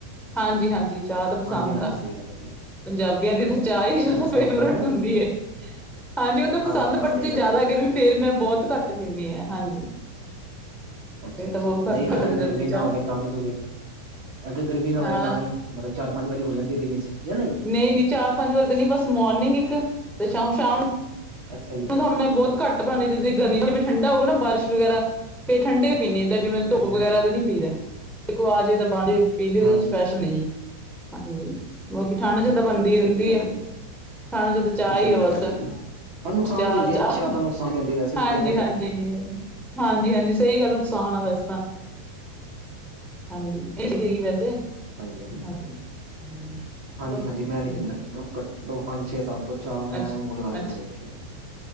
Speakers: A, in the centre; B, on the right.
A: ਹਾਂਜੀ -ਹਾਂਜੀ ਚਾਹ ਤਾਂ ਪਸੰਦ
B: ਹਾਂਜੀ ਹਾਂਜੀ
A: ਆ।
B: ਸਹੀ ਗੱਲ ਹੈ ਜੀ
A: ਪੰਜਾਬੀਆਂ ਦੀ ਤੇ ਚਾਹ ਹੀ ਜ਼ਆਦਾ
B: ਅੱਛਾ ਪਸੰਦ
A: ਫੇਵਰਟ
B: ਹੈ
A: ਹੁੰਦੀ ਏ। ਹਾਂਜੀ ਉਹ ਤਾਂ ਪਸੰਦ
B: ਹਾਂ
A: ਬਟ
B: ਸਹੀ
A: ਜੇ
B: ਗੱਲ
A: ਜ਼ੇਆਦਾ
B: ਹੈ ਜੀ
A: ਗਰਮੀ
B: ਬਿਲਕੁਲ
A: ਫੇਰ ਮੈਂ ਬੌਹਤ ਘੱਟ ਪਿੰਨੀ ਆ ਹਾਂਜੀ।
B: ਅੱਛਾ-ਅੱਛਾ
A: ਇਹ ਤਾਂ ਬਹੁਤ ਘੱਟ
B: ਨਹੀਂ
A: ਪਸੰਦ
B: ਅਗਰ
A: ਜਾਂਦੀ
B: ਗਰਮੀ ਨਾ
A: ਚਾਹ
B: ਹੋਵੇ ਤਾਂ ਵੀ ਤੁਸੀਂ, ਅਗਰ ਗਰਮੀ ਨਾ ਹੋਵੇ
A: ਹਾਂ
B: ਤਾਂ ਵੀ ਮਤਲਬ ਚਾਰ ਪੰਜ ਵਾਰੀ ਹੋ ਜਾਂਦੀ ਦਿਨ ਇੱਚ ਯਾ ਨਹੀ?
A: ਨਈ-ਨਈ ਚਾਰ ਪੰਜ ਵਾਰੀ ਤੇ ਨਈ ਬਸ ਮੋਰਨਿੰਗ ਇੱਕ, ਤੇ ਸ਼ਾਮ-ਸ਼ਾਮ
B: ਅੱਛਾ ਜੀ।
A: ਹੁਣ ਮੈਂ ਬੌਤ ਘਾਟ ਬਾਣੀ ਜਿੱ ਗਰਮੀ ਚ ਠੰਡਾ ਹੋਉਗਾ ਨਾ ਬਾਰਿਸ਼ ਵਗੈਰਾ, ਫੇ ਠੰਡੇ ਪੀਣੀ ਆ ਤਾਂ ਜਿਵੇੰ ਟੋ
B: ਹਾਂਜੀ ਹਾਂਜੀ
A: ਵਗੈਰਾ ਦਾ ਨੀ ਪੀ ਦਾਏ, ਇੱਕੋ ਆ ਜਾਏ ਤਾ ਪਾਲੀ ਪੀਲੇ
B: ਹਾਂਜੀ
A: ਦੇ ਸਪੈਸ਼ਲ ਨਈ, ਹਾਂਜੀ। ਬਾਕੀ ਠਾਂਡ
B: ਹਾਂਜੀ
A: ਚ ਤਾਂ ਬਣਦੀ
B: ਹਾਂਜੀ ਸਹੀ
A: ਰੇਂਦੀ
B: ਗੱਲ
A: ਐ,
B: ਹੈ ਜੀ
A: ਠਾਂਡ ਚ ਤੇ ਚਾਹ ਈ
B: ਸਹੀ
A: ਏ
B: ਗੱਲ
A: ਬਸ।
B: ਹੈ ਜੀ ਹਾਂ ਨੁਕਸਾਨ
A: ਚਾਹ,
B: ਹੀ ਦਿੰਦੀ
A: ਚਾਹ
B: ਹੈ ਤਾਂ ਨੁਕਸਾਨ ਦਿੰਦੀ ਵੈਸੇ
A: ਹਾਂਜੀ,
B: ਦੇਖਿਆ ਜਾਏ
A: ਹਾਂਜੀ
B: ਤੇ
A: ਹਾਂਜੀ, ਹਾਂਜੀ ਸਹੀ ਗੱਲ ਨੁਕਸਾਨ ਆ ਵੈਸ ਤਾਂ ਹਾਂਜੀ, ਇਹ ਗਈ ਵੈਸੇ
B: ਹਾਂਜੀ
A: ਹਾਂਜੀ, ਹੂ
B: ਹਾਂਜੀ
A: ਬਸ
B: ਹਾਂਜੀ ਮੈਂ ਨੀ
A: ਹੂ
B: ਪੀਂਦਾ ਘੱਟੋ -ਘਟ ਪੰਜ -ਛੇ ਸਾਲ ਤੋਂ ਚਾਹ ਮੈਂ
A: ਅੱਛਾ
B: ਮੂੰਹ ਲਗਾ ਕੇ
A: ਅੱਛ
B: ਨਹੀਂ ਦੇਖਿਆ।